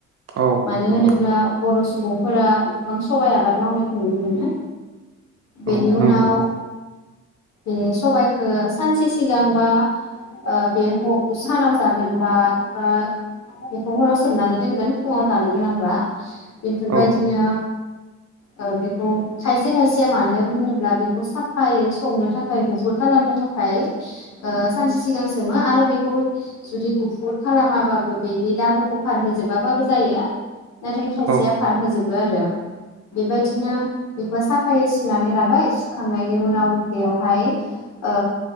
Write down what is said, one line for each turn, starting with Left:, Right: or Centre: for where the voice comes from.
Right: औ
Left: मानो
Right: नंगौ
Left: होनोब्ला बर स सुबुंफोरा गोबां सबाइ आबाद मावनायखौ नुनो मोनो बेनि
Right: औ नंगौ
Left: उनाव बे स सबाइखो सानसे सिगां बा ओ बे ह सानाव जागोनबा बा बेखौ हराव सोमनानै दोनगोन फुङाव जानो गोनांब्ला बेफोरबायदिनो
Right: औ
Left: ओ बेखौ खायसे खायसेया मानो होनोब्ला बेखौ साफायै संनो थाखाय गुफुर खालामनो थाखाय ओ सानसे सि सिगां सोमो आरो बेखौ जुदि गुफुर खालामाबाबो बेनि दागोखौ खारहोजोबाबाबो जायो नाथाय खायसेया
Right: औ
Left: खारहोजोब बो आरो बेबायदिनो बेखौ साफायै सुनानै लाबाय सुखांनायनि उनाव बेवहाय ओ